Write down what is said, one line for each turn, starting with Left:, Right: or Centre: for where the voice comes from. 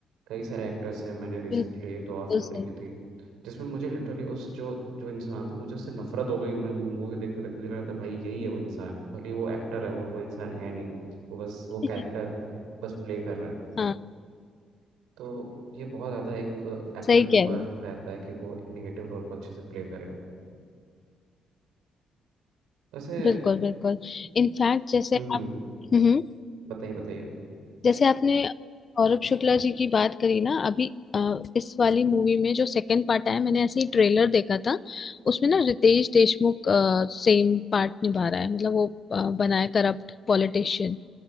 Right: कई सारे एक्टर्स हैं मैंने रिसेंटली
Left: बिल्कुल
Right: एक दो और फिल्म देखी
Left: सही
Right: थी जिसमें मुझे लिटरली उस जो जो इंसान था मुझे उससे नफरत हो गई मैं मूवी देखते देखते लग रहा था भाई यही है वो इंसान भले ही वो एक्टर है वो वो इंसान है नहीं वो बस वो
Left: <laughs>
Right: कैरेक्टर है बस प्ले कर रहा है
Left: हाँ
Right: तो ये बहुत ज़्यादा एक एक्टर
Left: सही
Right: के ऊपर
Left: कह रहे हो
Right: रहता है कि वो निगेटिव रोल को अच्छे से प्ले करे वैसे
Left: बिल्कुल बिल्कुल इनफैक्ट जैसे
Right: हम्म हम्म
Left: आप हम्म
Right: बताइए बताइए
Left: जैसे आपने सौरभ शुक्ला जी की बात करी ना अभी अ, इस वाली मूवी में जो सेकंड पार्ट आया मैंने ऐसे ही ट्रेलर देखा था उसमें ना रितेश देशमुख सेम पार्ट निभा रहा है मतलब वो अ, बना है करप्ट पॉलिटिशियन